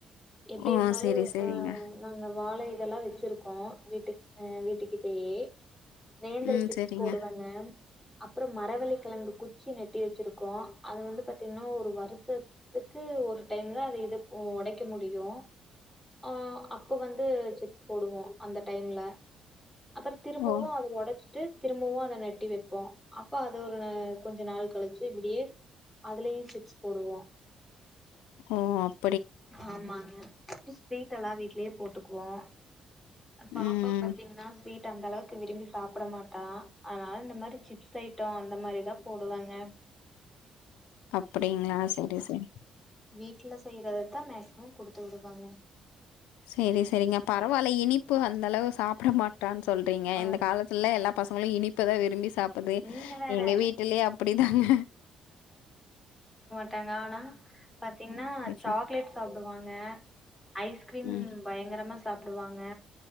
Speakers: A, in the centre; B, on the left (about 85°).
A: எப்டி
B: ஓ
A: இருந்தாலு
B: சரி, சரிங்க.
A: அ நாங்க வா வாழ இதெல்லா வச்சிருக்கோ வீட்டு அ வீட்டுக்கிட்டயே நேந்தர
B: ம்
A: சிப்ஸ்
B: சரிங்க.
A: போடுவங்க அப்றோ மரவள்ளி கெழங்கு குச்சி நட்டி வச்சிருக்கோ அது வந்து பாத்தீங்னா ஒரு வருஷத்துக்கு ஒரு டைம் தா அது இது போ ஒடை க முடியு ஆ அப்ப வந்து சிப்ஸ் போடுவோ அந்த டைம்ல அப்ற திரும்பவு
B: ஓ
A: அது ஒடச் டு திரும்பவு அத நட்டி வப்போ அப்ப அது ஒரு கொஞ்சோ நாள் கழிச்சு இப்டியே அதுலயு சிப்ஸ் போடுவோ
B: ஆ அப்
A: ஆமாங்க ஸ்வீட் எல்லா வீட்லியே போட்டு <unintelligible> பாப்பா
B: ம்.
A: பாத்தீங்கன்னா ஸ்வீட் ட அந்த அளவுக்கு விரும்பி சாப்பிட மாட்டா அதனால இந்த மாரி சிப்ஸ் ஐட்டம் அந்த மாரிதா போடுவங்க
B: அப்டிங்களா சரி சரி
A: வீட்ல செய்ற தா மேக்சிமம் குடுத்து விடுவங்க
B: சரி சரிங்க பரவால்ல இனிப்பு அந்த அளவு சாப்பிட மாட்டா சொல்றீங்க
A: ஆ
B: இந்த காலத்துல எல்லா பசங்களு இனி ப்புதா விரும்பி சாப்பட்றது
A: நீங்க வேற
B: எங்க வீட்லயே அப்டிதாங்க
A: டாங்க ஆனா பாத்தீங்கன்னா சாக்லேட்
B: சரி.
A: சாப்பிடுவாங்க ஐஸ்க்ரீம்
B: ம்.
A: பயங்கரமா சாப்டுவாங்க